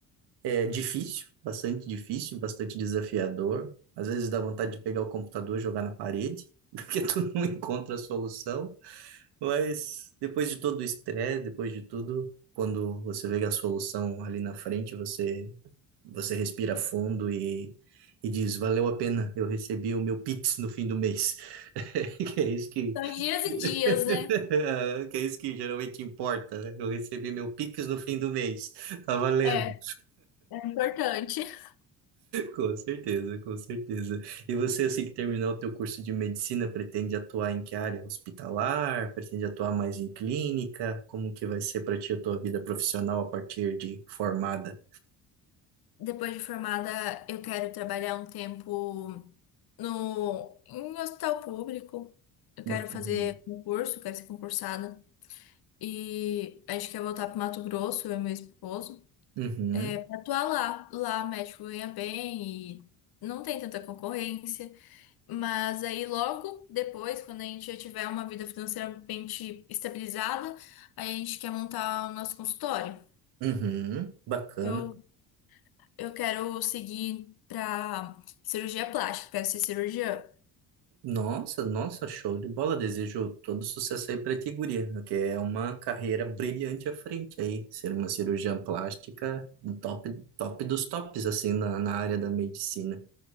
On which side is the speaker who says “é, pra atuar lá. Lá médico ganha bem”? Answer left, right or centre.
Left